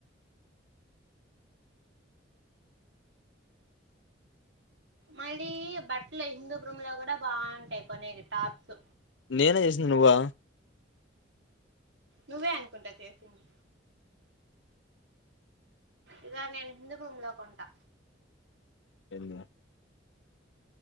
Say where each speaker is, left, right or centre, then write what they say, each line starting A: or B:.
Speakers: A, on the right (about 65°); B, on the left (about 75°).
A: మళ్ళీ బట్ల హిందూపురము లో గూడా బాగుంటాయి కొన్ని టాప్స్
B: నేనా జేసింద నువ్వా
A: నువ్వే అనుకుంటా చేసింది ఈరోజు నేను హిందు భూమి లో కొంటా
B: ఏంది మే